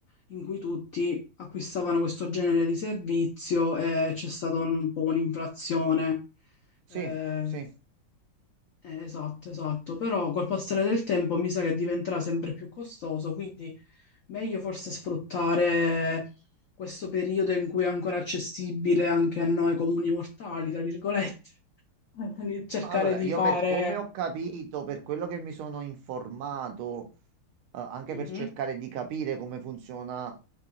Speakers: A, on the left (about 85°); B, on the right (about 80°).
A: in cui tutti acquistavano questo genere di servizio e c'è stata un po' un'inflazione.
B: Sì,
A: Eh,
B: sì.
A: eh, esatto, esatto. Però col passare del tempo mi sa che diventerà sempre più costoso, quindi meglio forse sfruttare questo periodo in cui è ancora accessibile anche a noi comuni mortali, tra virgolette, <laughs> Quindi cercare
B: Allora,
A: di
B: io
A: fare...
B: per come ho capito, per quello che mi sono informato, eh, anche
A: Mhm,
B: per cercare di capire come funziona